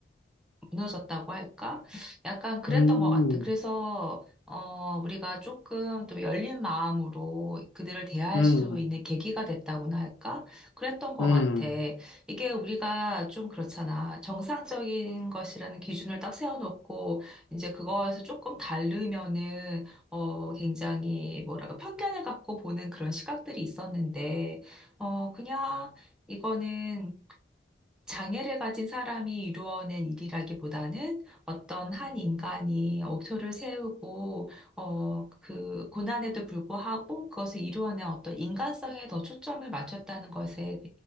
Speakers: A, in the centre; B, on the left.
A: 무너졌다고 할까? 약간 그랬던
B: 음,
A: 것 같아. 그래서, 어, 우리가 조금 또 열린 마음으로 그들을 대할
B: 음,
A: 수 있는 계기가 됐다고나 할까? 그랬던 것
B: 음,
A: 같아. 이게 우리가 좀 그렇잖아. 정상적인 것이라는 기준을 딱 세워놓고, 이제 그거에서 조금 다르면은, 어, 굉장히 뭐랄까, 편견을 갖고 보는 그런 시각들이 있었는데, 어, 그냥, 이거는 장애를 가진 사람이 이루어낸 일이라기보다는 어떤 한 인간이 억초를 세우고, 어, 그 고난에도 불구하고 그것을 이루어낸 어떤 인간성에 더 초점을 맞췄다는 것에